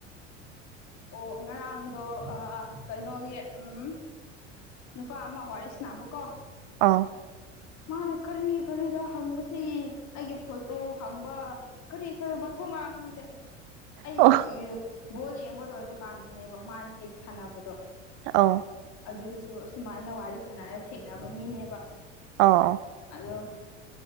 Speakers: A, on the left; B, on the right.
A: ꯑꯣ ꯉꯔꯥꯡꯗꯣ ꯀꯩꯅꯣꯒꯤ ꯎꯝ ꯅꯨꯄꯥ ꯑꯃ ꯋꯥꯔꯤꯁ ꯅꯥꯅꯕꯀꯣ
B: ꯑꯥ
A: ꯃꯥꯅ ꯀꯔꯤ ꯀꯔꯤꯗ ꯍꯪꯕꯁꯤ ꯑꯩꯒꯤ ꯐꯣꯇꯣ ꯍꯪꯕ ꯀꯔꯤ ꯀꯔꯤ ꯃꯊꯧ ꯃ ꯈꯣꯟꯗꯦ ꯑꯩ
B: ꯑꯣ
A: ꯕꯣꯜ ꯌꯦꯡꯕ ꯂꯣꯏꯕ ꯀꯥꯟꯗꯅꯦꯕ ꯃꯥꯅ ꯇꯦꯛꯁ ꯊꯥꯅꯕꯗꯣ
B: ꯑꯥꯎ
A: ꯑꯗꯨꯁꯨ ꯑꯁꯨꯃꯥꯏꯅ ꯋꯥꯔꯤ ꯁꯥꯟꯅꯔ ꯊꯦꯡꯅꯕ ꯃꯤꯅꯦꯕ
B: ꯑꯣ
A: ꯑꯗꯣ